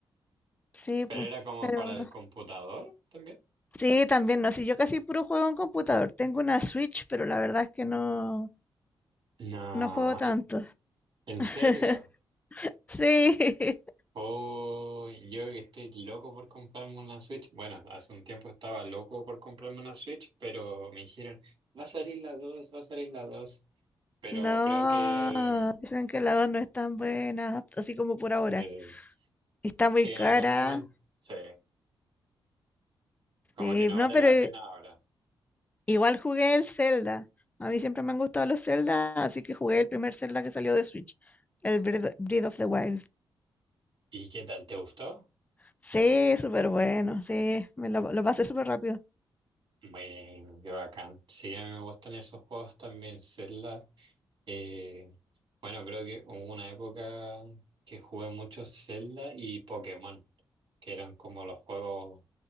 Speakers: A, on the left; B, on the right.
A: Sí, pues,
B: ¿Pero era como
A: pero
B: para el computador también?
A: sí, también no, sí, yo casi puro juego en computador. Tengo una Switch, pero la verdad es que no,
B: No,
A: no juego tanto.
B: ¿en
A: <laughs>
B: serio?
A: Sí, <laughs>
B: Oh, yo que estoy loco por comprarme una Switch. Bueno, hace un tiempo estaba loco por comprarme una Switch, pero me dijeron, va a salir la 2 va a salir la 2 Pero
A: no,
B: creo que,
A: dicen que la 2 no es tan buena, así como por
B: sí,
A: ahora. Está muy
B: sí, en
A: cara,
B: algún momento, sí, como
A: sí,
B: que no
A: no,
B: vale
A: pero
B: la pena ahora.
A: Igual jugué el Zelda. A mí siempre me han gustado los Zelda, así que jugué el primer Zelda que salió de Switch, el Breath Breath of the Wild.
B: ¿Y qué tal? ¿Te gustó?
A: Sí, súper bueno, sí, me lo, lo pasé súper rápido.
B: Bueno, qué bacán. Sí, a mí me gustan esos juegos también, Zelda. Eh, bueno, creo que hubo una época que jugué mucho Zelda y Pokémon, que eran como los juegos